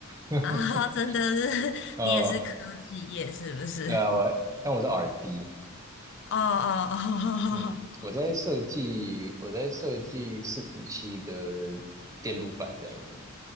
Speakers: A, on the right; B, on the left.
A: <laughs>
B: 啊，<laughs> 真的是，<laughs>
A: 哦，
B: 你也是科技业是不是？
A: 对啊，我，
B: <laughs>
A: 但我是 RD，
B: 哦哦哦。
A: 嗯，
B: <laughs>
A: 我在设计，我在设计伺服器的电路板这样子。